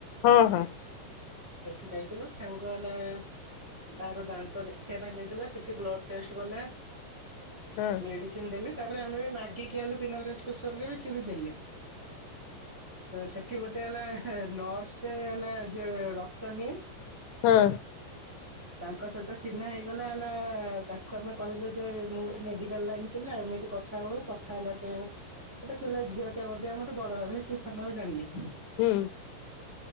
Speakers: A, on the left; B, on the right.
A: ହଁ ହଁ
B: ସେଠି ଯାଇଥିଲୁ ସାଙ୍ଗ ହେଲା ତାର ଦାନ୍ତ ଦେଖିବା ପାଇଁ ଯାଇଥିଲା ସେଠି ବ୍ଲଡ ଟେଷ୍ଟ କଲା।
A: ହଁ
B: ମେଡିସିନ ଦେଲେ ତାପରେ ଆମେ ବି ମାଗିକି ଆଣିଲୁ ବିନା ପ୍ରେସକ୍ରିସନ ରେ ବି ସେ ବି ଦେଲେ। ସେଠି ଗୋଟେ ହେଲା ନର୍ସଟେ ହେଲା ଯେ ର କ୍ତ ନିଏ
A: ହଁ
B: <inaudible> ତାଙ୍କ ସହିତ ଚିହ୍ନା ହେଇଗଲା ହେଲା ତାକୁ ଆମେ କହିଲୁ ଯେ ମୁଁ ମେଡିକାଲ ଲାଇନ ପିଲା ଏମିତି କ କଥା ହଉ କଥା ହେଲା ସେ ଗୋଟେ ଥିଲା ଝିଅ ଟେ ହେବ ସିଏ ଆମଠୁ ବଡ ହେବେ କି ସାନ ହେବେ ଜାଣିନି।
A: ହୁଁ